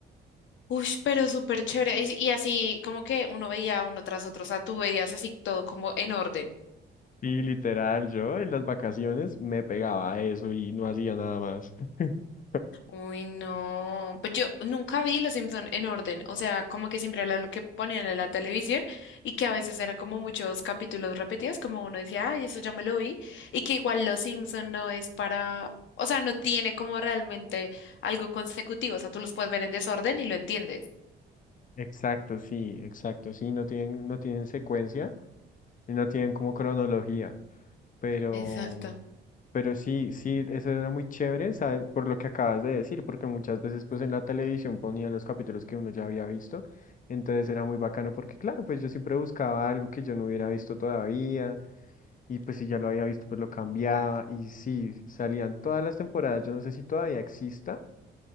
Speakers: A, on the left; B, on the left.
A: Uy, pero súper chévere. Y, y así como que uno veía uno tras otro, o sea, tú veías así todo como en orden.
B: Y literal, yo en las vacaciones me pegaba a eso y no hacía nada más. <laughs>
A: Uy, no. Pues yo nunca vi Los Simpson en orden, o sea, como que siempre era lo que ponían en la televisión y que a veces eran como muchos capítulos repetidos, como uno decía, ay, eso ya me lo vi, y que igual Los Simpson no es para, o sea, no tiene como realmente algo consecutivo, o sea, tú los puedes ver en desorden y lo entiendes.
B: Exacto, sí, exacto, sí, no tienen, no tienen secuencia. y no tienen como cronología, pero,
A: Exacto.
B: pero sí, sí, eso era muy chévere, ¿sabes? Por lo que acabas de decir, porque muchas veces pues en la televisión ponían los capítulos que uno ya había visto, entonces era muy bacano porque claro, pues yo siempre buscaba algo que yo no hubiera visto todavía, y pues si ya lo había visto pues lo cambiaba, y sí, salían todas las temporadas, yo no sé si todavía exista,